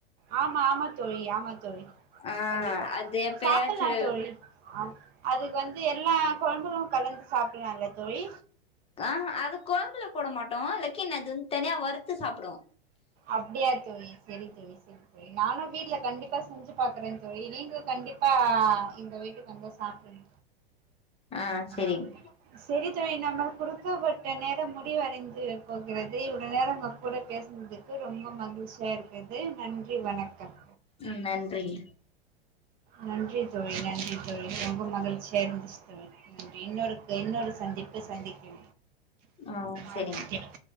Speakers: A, on the right; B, on the left.
A: ஆம்மா ஆம்மா தோழி ஆம்மா தோழி
B: ஆ
A: கண்டிப்பா
B: அது எப்பயாச்சு
A: சாப்புல்லா தோழி அ அதுக் வந்து எல்லா கொழம்புலு கலந்து சாப்புல்லால்ல தோழி
B: அ அது கொழம்புல போட மாட்டோ லெக்கின் அது வந்து தனியா வறுத்து சாப்டுவோ
A: அப்டியா தோழி செரி தோழி செரி தோழி நானு வீட்ல கண்டிப்பா செஞ்சு பாக்குறெ தோழி நீங்கு கண்டிப்பா எங்க வீட்டுக் வந்தா சாப்புன்னு
B: ஆ
A: அ
B: செரிங்
A: செரி செரி தோழி நம்ம குடு க்கப்பட்ட நேரொ முடிவடைந்து ஓக்கே ரதி இவ்ளோ நேரோ உங்க கூட பேசனதுக்கு ரொம்ப மகிழ்ச்சியா இருக் க்குது நன்றி வணக்கம்
B: உம் நன்றிங்
A: நன்றி தோழி நன்றி தோழி ரொம்ப மகிழ்ச்சியா இருந்துச் தோழி நன்றி இன்னொருத்து இன்னொரு சந்திப்பில் சந்திக்கு
B: ஆ செரிங்
A: அ ஓக்கே